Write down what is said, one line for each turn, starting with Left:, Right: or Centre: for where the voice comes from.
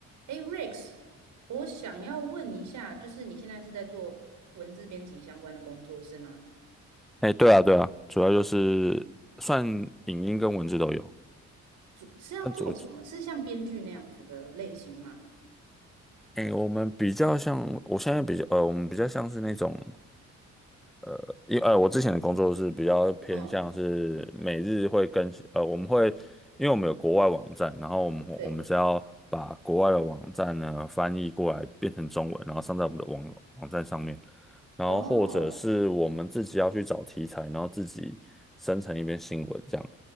Right: 哎，Rex，我想要问一下，就是你现在是在做文字编辑相关的工作是吗？
Centre: 哎，对啊，对啊，主要就是算影音跟文字都有。
Right: 主是要做什么？
Centre: 那主，
Right: 是像编剧那样子的类型吗？
Centre: 哎，我们比较像，我现在比较，呃，我们比较像是那种，呃，因呃，我之前的工作是比较偏向是每日会更新，
Right: 嗯，
Centre: 呃，我们会，因为我们有国外网站，然后我们我们是要把国外的网站呢翻译过来变成中文，
Right: 对。
Centre: 然后上在我们的网网站上面，然后或者是我们自己要去找题材，
Right: 哦，
Centre: 然后自己生成一篇新闻这样。